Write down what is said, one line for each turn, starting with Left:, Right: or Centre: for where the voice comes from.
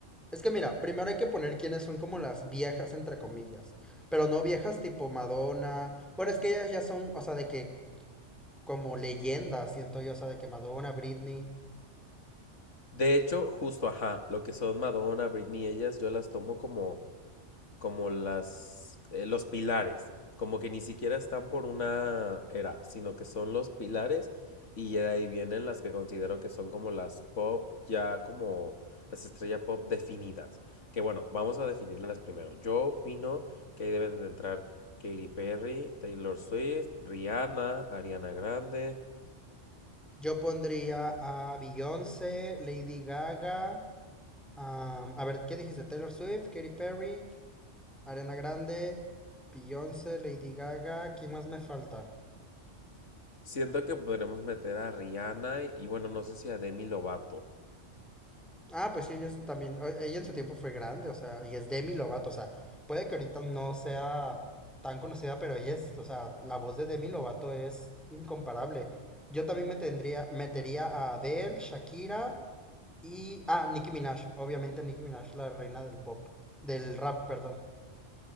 Centre: es que mira, primero hay que poner quiénes son como las viejas, entre comillas, pero no viejas tipo Madonna, bueno, es que ellas ya son, o sea, de que como leyendas, siento yo, o sea, de que Madonna, Britney,
Left: De hecho, justo, ajá, lo que son Madonna, Britney, ellas, yo las tomo como como las, eh, los pilares, como que ni siquiera están por una era, sino que son los pilares y ya de ahí vienen las que considero que son como las pop, ya como las estrellas pop definidas. Que bueno, vamos a definirlas primero. Yo opino que ahí deben de entrar Katy Perry, Taylor Swift, Rihanna, Ariana Grande.
Centre: yo pondría a Beyoncé, Lady Gaga, am, a ver, ¿qué dijiste? Taylor Swift, Katy Perry, Ariana Grande, Beyoncé, Lady Gaga, ¿quién más me falta?
Left: Siento que podremos meter a Rihanna y bueno, no sé si a Demi Lovato.
Centre: Ah, pues sí, ella es también, o- ella en su tiempo fue grande, o sea, y es Demi Lovato, o sea, puede que ahorita no sea tan conocida, pero ella es, o sea, la voz de Demi Lovato es incomparable. Yo también me tendría, metería a Adele, Shakira y, ah, Nicki Minaj, obviamente Nicki Minaj, la reina del pop, del rap, perdón.